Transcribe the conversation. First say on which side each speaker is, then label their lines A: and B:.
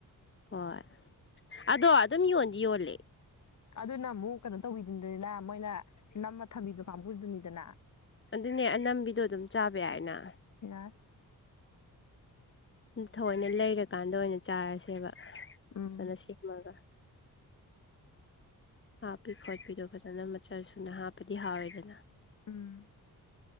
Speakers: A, on the left (about 35°); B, on the left (about 50°).
A: ꯍꯣꯏ ꯑꯗꯣ ꯑꯗꯨꯝ ꯌꯣꯟꯗꯤ ꯌꯣꯜꯂꯦ
B: ꯑꯗꯨꯅ ꯑꯃꯨꯛ ꯀꯩꯅꯣ ꯇꯧꯕꯤꯗꯨꯅꯤꯅ ꯃꯣꯏꯅ ꯅꯝꯃ ꯊꯝꯕꯤ ꯀꯥꯡꯕꯨꯗꯨꯅꯤꯗꯅ
A: ꯑꯗꯨꯅꯦ ꯑꯅꯝꯕꯤꯗꯣ ꯑꯗꯨꯝ ꯆꯥꯕ ꯌꯥꯏꯅ
B: ꯌꯥꯏ
A: ꯊꯑꯣꯏꯅ ꯂꯩꯔꯀꯥꯟꯗ ꯑꯣꯏꯅ ꯆꯥꯔꯁꯦꯕ ꯐꯖꯅ
B: ꯎꯝ
A: ꯁꯦꯝꯃꯒ ꯍꯥꯞꯄꯤ ꯈꯣꯠꯄꯤꯗꯣ ꯐꯖꯅ ꯃꯆꯜ ꯁꯨꯅ ꯍꯥꯞꯄꯗꯤ ꯍꯥꯎꯔꯦꯗꯅ
B: ꯎꯝ